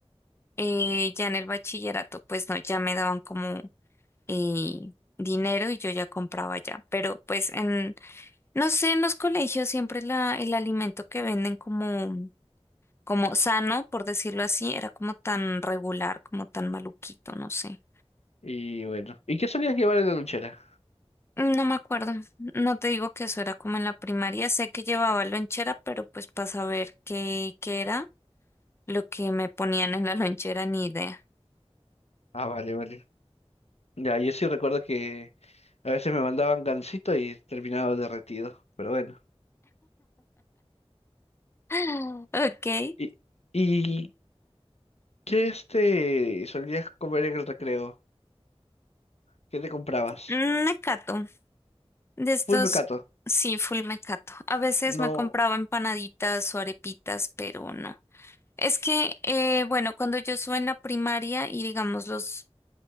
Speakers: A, on the left; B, on the left.
A: eh, ya en el bachillerato, pues no, ya me daban como eh, dinero y yo ya compraba ya. Pero pues en, no sé, en los colegios siempre la, el alimento que venden como, como sano, por decirlo así, era como tan regular, como tan maluquito, no sé.
B: y bueno. ¿Y qué solías llevar en la lonchera?
A: No me acuerdo. No te digo que eso era como en la primaria. Sé que llevaba lonchera, pero pues para saber qué, qué era. Lo que me ponían en la lonchera, ni idea.
B: Ah, vale, vale. Ya, yo sí recuerdo que a veces me mandaban gansito y terminaba derretido, pero bueno.
A: <gasps> Ok.
B: ¿Y, y qué este solías comer en el recreo? ¿Qué te comprabas?
A: Mm, Mecato. De estos,
B: Full Mecato.
A: sí, full mecato. A veces
B: No,
A: me compraba empanaditas o arepitas, pero no. Es que, eh, bueno, cuando yo estuve en la primaria y digamos los